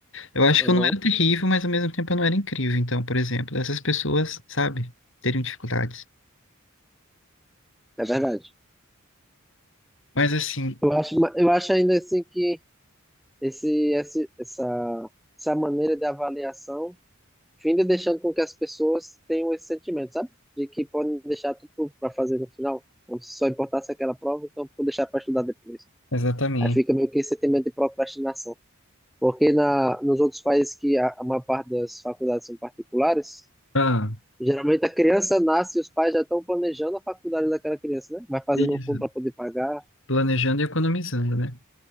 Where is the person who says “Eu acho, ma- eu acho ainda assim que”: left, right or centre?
Centre